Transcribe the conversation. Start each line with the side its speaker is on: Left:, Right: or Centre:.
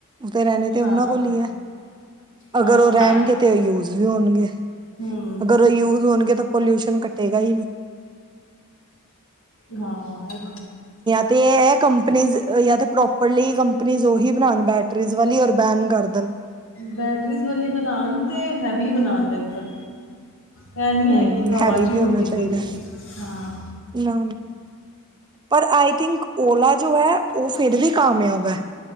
Right: ਤੇ ਰਹਿਣੇ ਤੇ
Left: ਹਾਂ
Right: ਉਹਨਾਂ ਕੋਲ ਹੀ ਹੈ। ਅਗਰ
Left: ਹਾਂ
Right: ਉਹ ਰਹਿਣਗੇ, ਤਾਂ ਉਹ ਯੂਜ ਵੀ ਹੋਣਗੇ,
Left: ਹਮ
Right: ਅਗਰ ਉਹ ਯੂਜ ਹੋਣਗੇ ਤਾਂ। ਪੋਲਿਊਸ਼ਨ ਕੱਟੇਗਾ ਹੀ ਨਹੀਂ,
Left: ਹਾਂ ਇ
Right: ਤੇ ਇਹ ਕੰਪਨੀ ਜਾਂ ਤੇ ਪ੍ਰੋਪਰਲੀ ਕੰਪਨੀਜ਼ ਉਹੀ ਬਣਾਉਣ ਬੈਟਰੀ ਵਾਲੀ ਔਰ ਬੈਨ ਕਰ ਦੇਣ।
Left: ਬੈਟਰੀ ਵਾਲੀ ਬਣਾਉਣ ਤੇ ਹੈਵੀ ਬਣਾਉਣ ਵਕਲ ਇਹ ਨੀ
Right: ਹਮ
Left: ਹੈ ਕਿ ਹਵਾ,
Right: ਹੈਵੀ
Left: ਚ
Right: ਵੀ
Left: ਹੀ ਉੱਡਦੀ
Right: ਹੋਣਾ ਚਾਹੀਦਾ
Left: ਪਈ ਹੈ ਹਾਂ।
Right: ਨਾ ਪਰ ਆਈ ਥਿੰਕ ਓਲਾ ਜੋ ਹੈ ਉਹ ਫੇਰ ਵੀ ਕਾਮਯਾਬ ਹੈ,